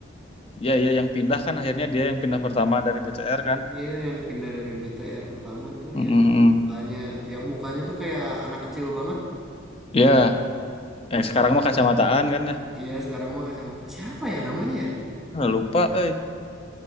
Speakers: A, on the left; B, in the centre.
A: Ya, ya yang pindah kan akhirnya dia yang pindah pertama dari BTR kan.
B: Iya, yang pindah dari BTR pertama tuh
A: Mm,
B: yang
A: mm, mm.
B: mukanya, yang mukanya tuh kayak anak kecil banget.
A: Ya,
B: Duh,
A: yang
B: siapa?
A: sekarang mah kacamataan kan ya.
B: Iya, sekarang mah kacamata siapa ya namanya ya?
A: Ah, lupa, eh.